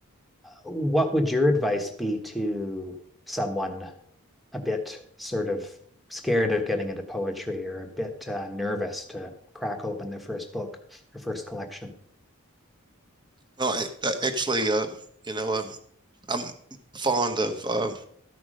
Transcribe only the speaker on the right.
Well, I, I actually, uh, you know, um, I'm fond of um,